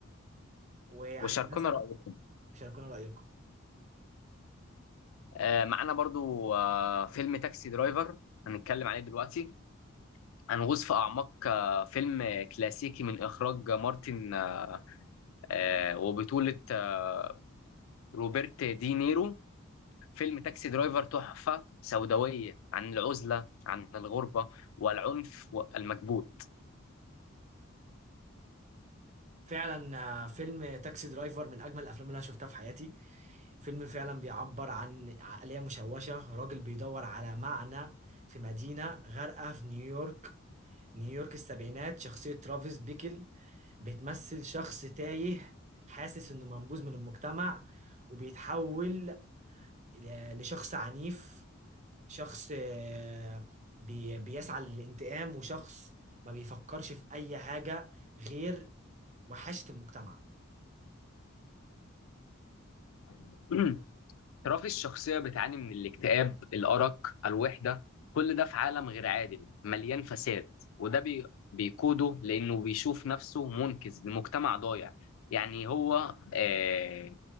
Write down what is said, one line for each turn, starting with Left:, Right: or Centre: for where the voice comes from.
Right: ويعني
Left: وشاركونا
Right: الناس انا
Left: رأيكم
Right: مش هيكون رايكم
Left: آه معانا برضو آه فيلم تاكسي درايفر هنتكلم عليه دلوقتي هنغوص في أعماق آه فيلم كلاسيكي من إخراج مارتن آه آه، وبطولة آه، روبرت دي نيرو فيلم تاكسي درايفر تحفة سوداوية عن العزلة عن الغربة والعنف والمكبوت
Right: فعلا آه، فيلم تاكسي درايفر من اجمل الافلام اللي انا شفتها في حياتي فيلم فعلا بيعبر عن عقليه مشوشه راجل بيدور على معنى في مدينه غارقه في نيويورك نيويورك السبعينات شخصية ترافيس بيكل بتمثل شخص تايه حاسس إنه منبوذ من المجتمع وبيتحول ل- لشخص عنيف شخص آه، بي- بيسعى للانتقام وشخص ما بيفكرش في أي حاجة غير وحشة المجتمع
Left: <clears throat> رافي الشخصية بتعاني من الاكتئاب الأرق الوحدة كل ده في عالم غير عادل مليان فساد وده بي... بيقوده لأنه بيشوف نفسه منقذ لمجتمع ضايع يعني هو آه...